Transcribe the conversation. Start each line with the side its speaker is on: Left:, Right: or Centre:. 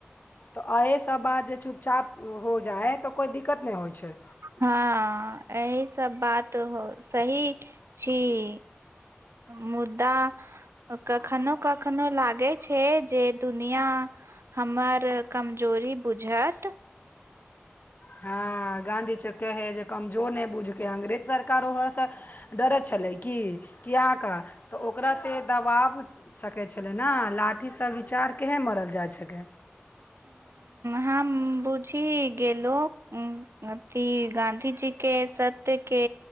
Left: तऽ एहि सभ बात जे चुपचाप। हो जाइ हइ तऽ कोइ दिक्कत नहि होइ छै।
Right: हँ एहिही सभ बात सही छी। मुदा। कखनो कखनो लागै छै जे दुनिया हमर कमजोरी बुझत
Left: हँ गाँधी चौक है हइ जे कमजोर नहि बुझिकऽ अंग्रेज सरकार ओहोसँ डरैत छलै कि कि आ कऽ ओकरा ते दबाव सकै छलै ने लाठीसँ विचार केहेन मरल जाइ छकै
Right: हॅंम बुझी गेलो हू अथी गाँधी जी के सत्य के